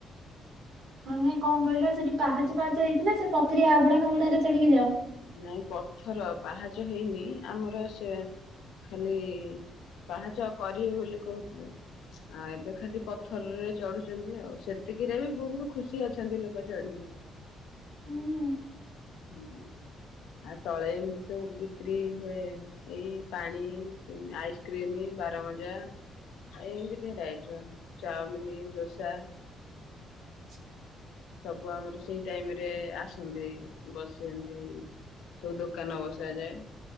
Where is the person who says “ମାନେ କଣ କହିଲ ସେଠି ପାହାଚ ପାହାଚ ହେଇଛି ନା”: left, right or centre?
Right